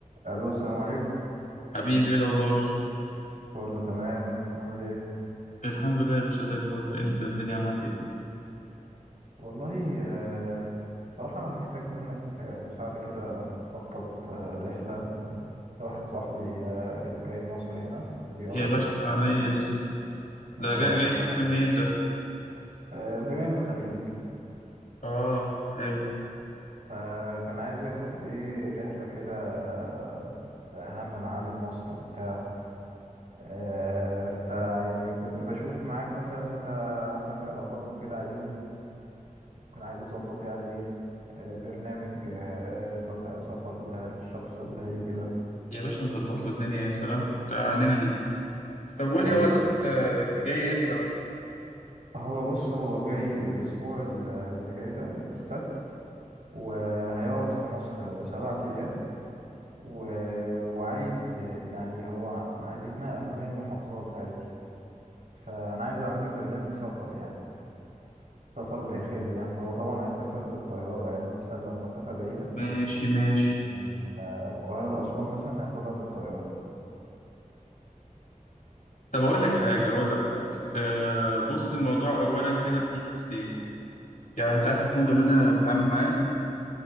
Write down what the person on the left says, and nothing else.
حبيبي ايه الاخبار
الحمد لله يا باشا زي الفل انت الدنيا معاك ايه
يا باشا عينيا ليك ده
جاي جاي
مصر منين ده
اه حلو
يا باشا نظبط له الدنيا يا سلام ده عنينا ليك طب قول
لي هو الاكل جاي امتى مثلا
ماشي ماشي
طب اقول لك حاجه اقول لك حاجه آه بص الموضوع اولا كده في حاجتين يعني انت عارف الفندق اللي انا بتعامل معاه